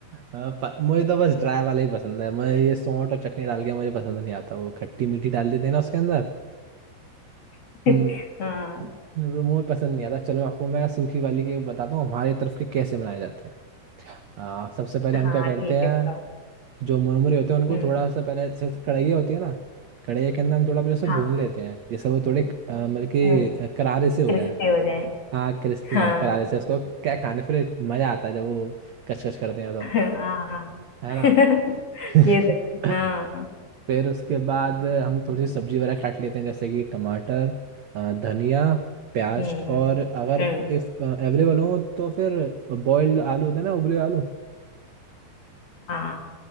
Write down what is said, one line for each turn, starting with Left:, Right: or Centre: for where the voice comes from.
Right: हाँ, प- मुझे तो बस ड्राई वाला ही पसंद है मुझे ये सौंठ और चटनी डाल के मुझे पसंद नहीं आता वो खट्टी मीठी डाल देते हैं ना उसके अंदर
Left: <laughs>
Right: हम्म
Left: हाँ
Right: वो मुझे पसंद नहीं आता चलो आपको मैं सूखी वाली के बताता हूँ हमारे तरफ के कैसे मनाए जाते हैं आ, सबसे पहले हम
Left: हाँ
Right: क्या करते
Left: ठीक
Right: हैं
Left: है बताओ
Right: जो मुरमुरे होते हैं उनको
Left: हम्म
Right: थोड़ा सा पहले जैसे कढ़ैया होती है ना कढ़ैया के अंदर हम थोड़ा पहले उसे
Left: हाँ
Right: भून लेते हैं जैसे वो थोड़े अ, मतलब कि
Left: हम्म
Right: अ, करारे से हो
Left: क्रिस्पी
Right: जाए
Left: हो जाए
Right: हाँ क्रिस्पी
Left: हाँ
Right: हाँ करारे से उसको क्या खाने फिर मज़ा आता है जब वो कचकच करते हैं
Left: <laughs>
Right: तो
Left: हाँ
Right: है
Left: <laughs>
Right: ना
Left: ये
Right: <laughs>
Left: तो है हाँ
Right: फिर उसके बाद हम थोड़ी सी सब्जी वगैरह काट लेते हैं जैसे कि टमाटर अ, धनिया प्याज
Left: हम्म
Right: और अगर
Left: हम्म
Right: इफ अवेलेबल हो तो फिर बॉइल्ड आलू होता है ना उबले हुए आलू
Left: हाँ